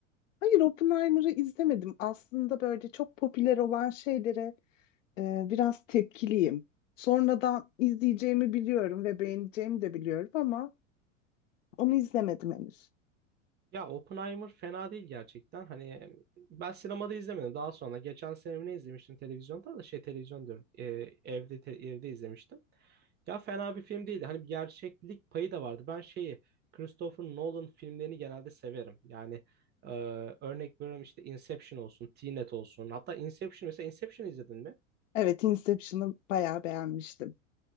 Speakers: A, on the left; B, on the right.
A: Hayır Oppenheimer'ı izlemedim. Aslında böyle çok popüler olan şeylere e, biraz tepkiliyim. Sonradan izleyeceğimi biliyorum ve beğeneceğimi de biliyorum ama onu izlemedim henüz.
B: Ya Oppenheimer fena değil gerçekten. Hani ben sinemada izlemedim. Daha sonra geçen sene mi ne izlemiştim televizyonda da şey televizyon diyorum. Ee, evde te- evde izlemiştim. Ya fena bir film değildi. Hani bir gerçeklik payı da vardı. Ben şeyi Christopher Nolan filmlerini genelde severim. Yani e, örnek veriyorum işte Inception olsun, Tenet olsun. Hatta Inception mesela Inception izledin mi?
A: Evet, Inception'ı bayağı beğenmiştim.